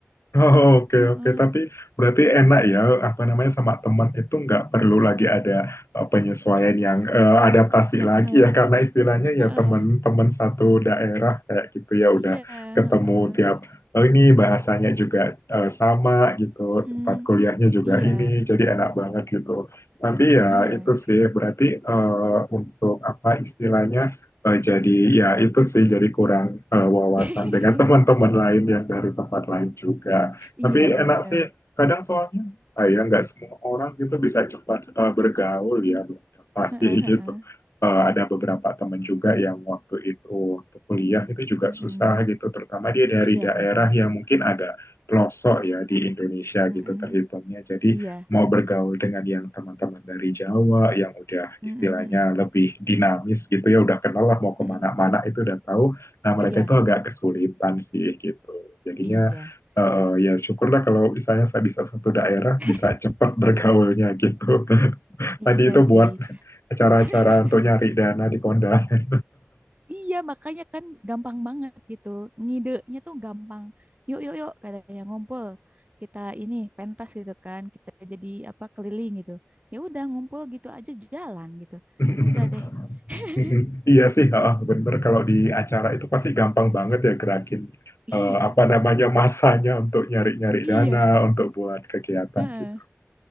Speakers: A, on the left (about 70°); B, on the right (about 35°).
A: Oh, oke,
B: Heeh.
A: oke. Tapi berarti enak ya, apa namanya, sama teman itu nggak perlu lagi ada eh, penyesuaian
B: Adaptasi.
A: yang eh, adaptasi
B: Heeh.
A: lagi ya, karena istilahnya ya
B: Heeh.
A: teman-teman satu daerah kayak gitu ya, udah
B: iya
A: ketemu
B: heeh.
A: tiap, oh ini bahasanya juga eh, sama gitu,
B: Mm-mm.
A: tempat kuliahnya juga
B: iya
A: ini, jadi enak banget gitu. Tapi ya
B: iya
A: itu sih, berarti eh, untuk apa istilahnya, Eh, jadi ya itu sih jadi kurang eh, wawasan
B: <laughs>
A: dengan <laughs> teman-teman lain yang dari tempat lain juga. Tapi
B: iya
A: enak
B: bener
A: sih kadang soalnya eh, ya nggak semua orang gitu bisa cepat eh, bergaul ya beradaptasi
B: Heeh,
A: <laughs>
B: heeh.
A: gitu. Eh, ada beberapa teman juga yang waktu itu waktu kuliah itu juga
B: Mm-mm.
A: susah gitu, terutama dia dari
B: iya
A: daerah
B: bener
A: yang mungkin agak pelosok ya di Indonesia
B: Mhm,
A: gitu
B: mhm.
A: terhitungnya. Jadi
B: Iya.
A: mau bergaul dengan yang teman-teman dari Jawa yang udah
B: Mhm,
A: istilahnya
B: mhm.
A: lebih dinamis gitu ya udah kenal lah mau kemana-mana
B: Mhm, mhm.
A: itu udah tahu nah mereka
B: Iya,
A: itu agak kesulitan sih gitu jadinya
B: iya.
A: eh, ya syukurlah kalau misalnya saya bisa satu daerah
B: <laughs>
A: bisa cepat bergaulnya gitu <laughs>
B: Iya
A: tadi itu
B: sih.
A: buat acara-acara
B: <laughs>
A: untuk nyari dana di kondangan
B: Iya, makanya kan gampang banget gitu. Ngidenya tuh gampang. Yuk, yuk, yuk, katanya ngumpul. Kita ini pentas gitu kan. Kita jadi apa keliling gitu. Ya udah ngumpul gitu aja jalan gitu.
A: <laughs>
B: Udah deh. <laughs>
A: Mhm. Iya sih, heeh, bener. Kalau di acara itu pasti gampang banget ya gerakin
B: Iya,
A: eh, apa namanya masanya untuk nyari-nyari
B: iya.
A: dana untuk buat kegiatan
B: Heeh.
A: gitu.